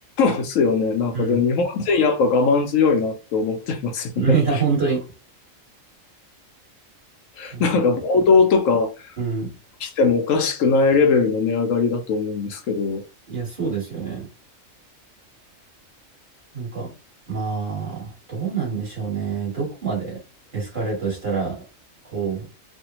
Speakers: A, on the left (about 75°); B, on the right (about 40°).
A: ですよね。なんかでも日本人やっぱ我慢強いなって思ってますよね。
B: うんうん <laughs> いや、本当に。
A: <laughs>
B: なんか、
A: なんか暴動とか
B: うん。
A: 来てもおかしくないレベルの値上がりだと思うんですけど、
B: いや、そうですよね。なんか、まあ、どうなんでしょうね。どこまでエスカレートしたら、こ